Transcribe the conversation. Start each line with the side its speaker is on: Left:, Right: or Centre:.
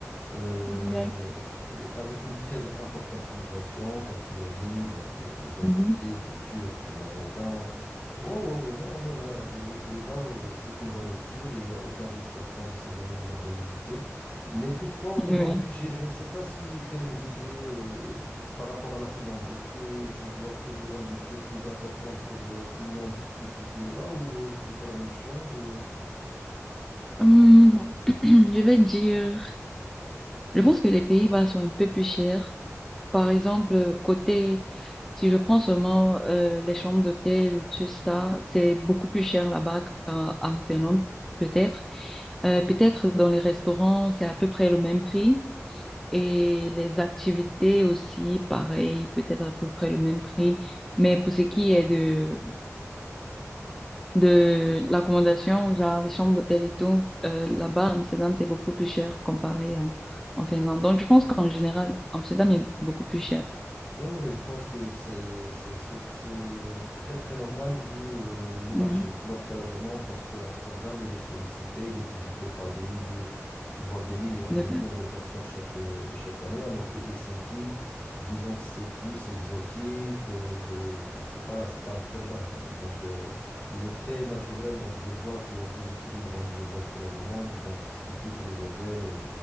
Left: euh,
Centre: exact.
Left: et avec une très importante immigration, comme tu as dit, donc euh, les Asiatiques,
Centre: Mhm.
Left: les Turcs, les Marocains. Ouais, ouais, ouais. Non, non, mais là, les, les Pays-Bas, euh, c'est une valeur sûre, il n'y a aucun risque à prendre si jamais j'aimerais visiter. Mais toutefois, au niveau
Centre: Oui.
Left: de budget, je ne sais pas si quel est le budget euh, par rapport à la Finlande. Est-ce que je dois prévoir un budget plus important pour la Finlande plus que Pays-Bas ou euh, plutôt la même chose ou, euh,
Centre: Hum, <clears throat> je vais dire, je pense que les Pays-Bas sont un peu plus chers. Par exemple, côté, si je prends seulement euh, les chambres d'hôtel ou tout ça, c'est beaucoup plus cher là-bas qu'en en Finlande, peut-être. Euh, peut-être dans les restaurants, c'est à peu près le même prix. Et les activités aussi, pareil, peut-être à peu près le même prix. Mais pour ce qui est de, de l'accommodation, genre les chambres d'hôtel et tout, euh, là-bas, à Amsterdam, c'est beaucoup plus cher comparé à, en Finlande. Donc, je pense qu'en général, Amsterdam est beaucoup plus cher.
Left: Oui, oui, je pense que c'est c'est- c'est- c'est très très normal vu euh, le marché,
Centre: Oui,
Left: l'offre et la demande, parce que Amsterdam, il est sollicité, il est visité par des milliers, voire des millions,
Centre: de
Left: des
Centre: base.
Left: millions de personnes chaque, euh, chaque année, alors que Helsinki, disons, c'est plus exotique, euh, bon, c'est pas, c'est pas Amsterdam. euh, Donc, euh, il est très naturel donc, de voir qu'il y a un déséquilibre au niveau de l'offre et la demande, donc, ce qui fait que les hôtels